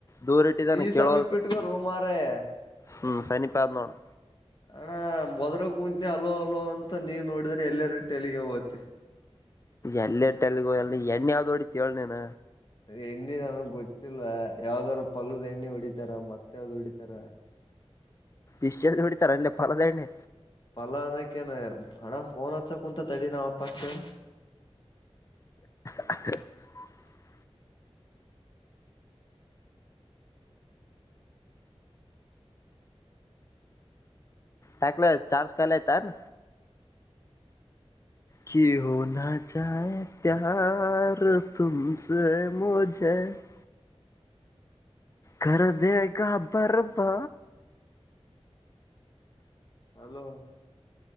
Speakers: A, on the left; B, on the left.
A: ದೂರ್ ಇಟ್ಟಿದಾನ
B: ನೀ
A: ಕೇಳೊವಲ್ತ್.
B: ಸಮೀಪ ಇಟ್ಕೋರೋ ಮಾರಾಯ
A: ಹ್ಮ್ ಸನಿಪಾ ಅದ್ ನೋಡು.
B: ಅಣ್ಣ ಮೊದ್ರ ಕೂಂತ್ನಿ ಅಲೋ ಅಲೋ ಅಂತ ನೀವ್ ನೋಡಿದ್ರೆ ಎಲ್ಲರೂರಿಟ್ಟಿ ಎಲ್ಲಿಗೆ ಓತಿ.
A: ಎಲ್ಲಿಟ್ ಎಲ್ಲಿಗೋ ಎಲ್ಲಿ ಎಣ್ಣಿ ಯಾವ್ದ ಹೊಡತಿಯ ಹೇಳ್ ನೀನ.
B: ಎಣ್ಣೆ ನನಗ್ ಗೊತ್ತಿಲ್ಲ ಯಾವ್ದಾರ ಪಲ್ಲದ ಎಣ್ಣೆ ಹೊಡಿತಾರ ಮತ್ತ ಯಾವ್ದ ಹೊಡಿತಾರ.
A: ಇಷ್ಟ ಜಲ್ದಿ ಹೊಡಿತಾರ ಅಲ್ಲೇ ಪಲದ ಎಣ್ಣೆ
B: ಪಲನಕನ ಅಣಫೋನ ಹಚ್ಚಕುಂತ ತಡಿ ನಮ್ ಅಪ್ಪ. ಪಕ್ಷೆ
A: <inaudible> ಯಾಕ್ಲೆ ಚಾರ್ಜ ಕಾಲಿಯಾಯ್ತೆನ್. ಕಿ ಹೊನ ಚಾಹೆ ಪ್ಯಾರ್ ತುಮ್ಸೆ ಮುಜೆ. ಎ ಕರೆದೆಗಾ ಬರ್ಬಾರ್.
B: ಹಲೋ